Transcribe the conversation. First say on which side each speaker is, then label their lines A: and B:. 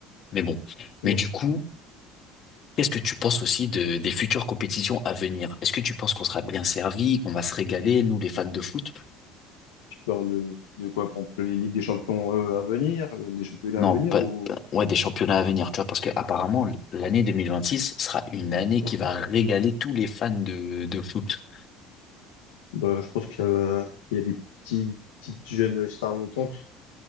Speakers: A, on the left; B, on the left.
A: Mais bon. Mais
B: Mm.
A: du coup, qu'est-ce que tu penses aussi de, des futures compétitions à venir? Est-ce que tu penses qu'on sera bien servi, qu'on va se régaler, nous, les fans de foot?
B: Tu parles euh, de quoi, pour exemple, les Ligues des Champions euh, à venir, euh, des championnats
A: Non,
B: à venir
A: pas,
B: ou
A: pas- ouais, des championnats à venir, tu vois, parce que apparemment, l'année 2026 sera une année
B: Mhm.
A: qui va régaler tous les fans de, de foot.
B: Bah, je pense qu'il y a, il y a des petits, petites jeunes stars montantes